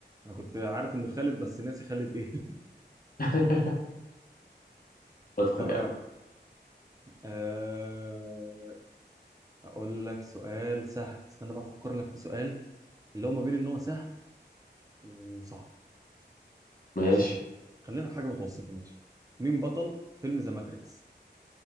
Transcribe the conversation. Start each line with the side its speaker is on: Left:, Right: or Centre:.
Right: انا كنت عارف انه خالد بس ناسي خالد ايه
Left: <laughs> ادخل
Right: <laughs> تمام
Left: يا عم
Right: أه... اقول لك سؤال سهل استنى بقى افكر لك في سؤال اللي هو ما بين ان هو سهل وصعب
Left: ماشي
Right: ماشي خلينا في حاجه متوسطه ماشي مين بطل فيلم ذا ماتريكس